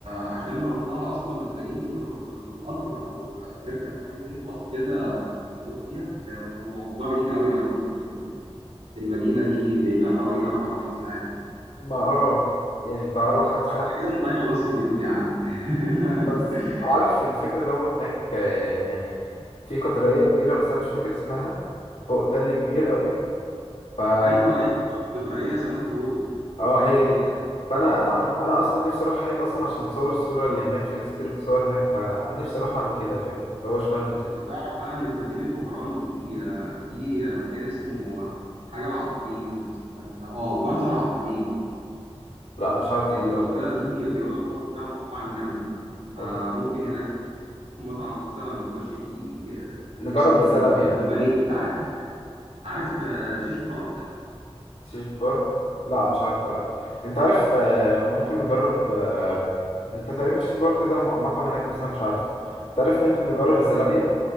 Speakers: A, on the right; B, on the left.
A: عشان نروح لها اصلا محتاجين نروح بالقطر او نركب حاجه زي الباص كده نروح فيها يعني الموضوع بعيد قوي يا عم انا سمعت ان ال- المدينه دي بعيده حوالي اربع خمس ساعات مثلا
B: ما اه يعني بتاع أربع خمس
A: فاحنا
B: ساعات
A: كده نضيع نص اليوم يا عم <laughs>
B: بس عارف الفكرة اللي هو هناك آه يعني في قطرية كبيرة بس أنا مش فاكر اسمها فوق تل كبير قوي فا
A: ايوه ايوه اسكندريه سانتا كروز
B: اه
A: ايوه
B: هي
A: في
B: دي
A: حاجه
B: فانا
A: هناك
B: انا انا اصلا نفسي اروح هناك اصلا عشان اتصور الصوره اللي هناك في ناس كتير بتصور هناك فانا نفسي اروح اعمل كده فاهم اللي هو اشمعنى انتوا
A: انت تعرف بقى ان في مدينة وهران دي آه، في مكان اسمه حاجة العطارين استنى اه برزة العطارين
B: لا مش عارفه
A: المنطقة
B: لا
A: دي بيقول لك برضه فيها مطاعم جامدة فممكن
B: أوف.
A: هناك مطعم مثلا نخش فيه آه،
B: نجرب
A: اسمه
B: الزلابيا
A: آه، لوبانيك انت عارف عارف آه، شيش بروك
B: تشيش بار لا مش عارفه لا انت عارف آه، ممكن نجرب آه، انت تقريبا تشيش بار كده مطعم هناك بس انا مش عارفه انت عارف ممكن نجرب الزلابيا